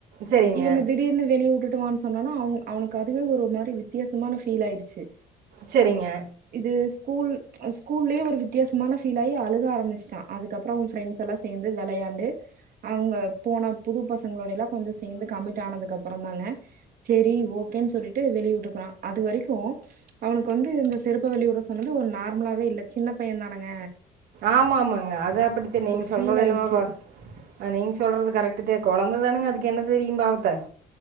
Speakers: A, on the right; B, on the right.
A: சரிங்க
B: இவங்க திடீர்னு, வெளியே வுட்டுட் டுவானு, சொன்னோன அவ அவனுக்கு அதுவே ஒரு மாரி வித்தியசமான ஃபீல் ஆயிடுச்சு,
A: சேரிங்க
B: இது ஸ்கூல் ஸ்கூல்லேயே, ஒரு வித்தியசமான ஃபீல் ஆகி அழுக ஆரம்பிச்சுட்டா அதுக்கப்பறோ அவ ஃப்ரெண்ட்ஸ் எல்லா சேந்து வெளையாண்டு அவங்க போன புது பசங்களோடைய எல்லா கொஞ்சோ சேந்து கமிட் ஆனதுக்கு அப்பறந்தாங்க சேரி ஓகேன்னு சொல்லிட்டு வெளிய வுட்டுருக்குறா, அது வரைக்கு அவனுக்கு வந்து இந்த செருப்ப வெளிய வட சொன்னது ஒரு நார்மலாவே இல்ல சின்ன பையந்தானங்க,
A: ஆமா ஆமாங்க, அது அப்படித்த நீங்க சொல்றது
B: ஃபீல் ஆயிடுச்சு
A: என்னுமா நீங்க சொல்றது கரெக்டு கொழந்தைதானுங்க, அதுக்கு என்ன தெரியு பாவத்த